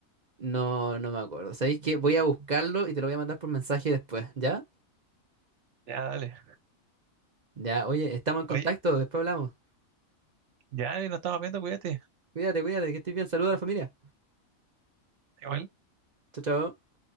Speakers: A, on the right (about 45°); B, on the right (about 65°).
A: No, no me acuerdo. ¿Sabéis qué? Voy a buscarlo y te lo voy a mandar por mensaje después, ¿ya?
B: Ya, dale.
A: Ya, oye, estamos en contacto,
B: Oye,
A: después hablamos.
B: ya, dale, nos estamos viendo, cuídate.
A: Cuídate, cuídate, que estés bien. Saluda a la familia.
B: Igual.
A: Chao, chao.